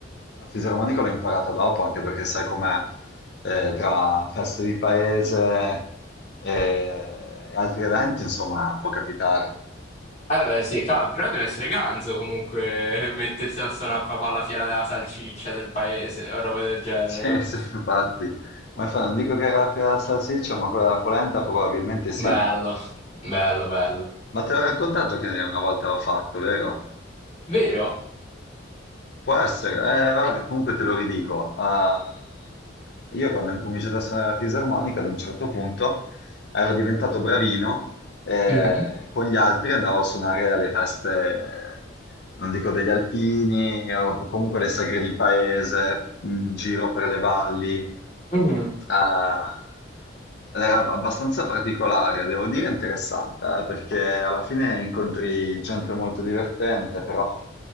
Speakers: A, on the left; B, on the left.
A: la fisarmonica l'ho imparata dopo, anche perché sai com'è, eh, tra feste di paese e altri eventi, insomma, può capitare.
B: Eh beh, sì, cavolo, però deve essere ganzo comunque <laughs> mettersi a suonare proprio alla fiera della salsiccia del paese o roba del genere,
A: Sì,
B: no?
A: <laughs> sì, infatti. Ma fa- non dico che era la fiera della salsiccia, ma quella della polenta probabilmente sì.
B: Bello, bello, bello.
A: Ma te l'ho raccontato che una volta l'ho fatto, vero?
B: Vero?
A: Può essere. Eh, vabbè, comunque te lo ridico. Ah, io quando ho incominciato a suonare la fisarmonica, ad un certo punto ero diventato bravino e
B: Mhm.
A: con gli altri andavo a suonare alle feste, non dico degli alpini, o comunque alle sagre di paese, in giro per le valli.
B: Mhm.
A: Ah, era ab- abbastanza particolare, devo dire interessante, eh, perché alla fine incontri gente molto divertente, però